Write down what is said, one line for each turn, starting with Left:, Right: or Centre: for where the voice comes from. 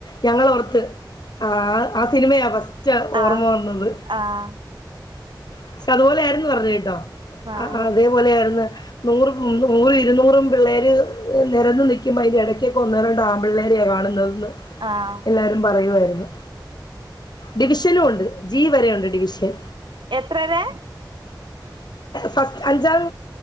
Left: ഞങ്ങളോർത്ത് ആ ആ സിനിമയാ ഫസ്റ്റ് ഓർമ്മ
Right: ആഹ്
Left: വന്നത്
Right: ആഹ്
Left: പക്ഷെ അതുപോലെ ആയിരുന്നു പറഞ്ഞ കേട്ടോ
Right: ആഹ്
Left: ആ
Right: ആഹ്
Left: അതേപോലെ ആയിരുന്നു നൂറ നൂറും ഇരുന്നൂറും പിള്ളേര് നിരന്ന് നിക്കുമ്പോ അതിന്റെ ഇടയ്ക്കൊക്കെ ഒന്നേരണ്ട് ആമ്പിള്ളേര കാണ ണ്ടാവുന്ന്
Right: ആഹ്
Left: എല്ലാരും പറയുവായിരുന്നു ഡിവിഷനും ഉണ്ട് ജി വരെയുണ്ട് ഡിവിഷൻ
Right: എത്രരെ
Left: ഫസ്റ്റ് അഞ്ചാം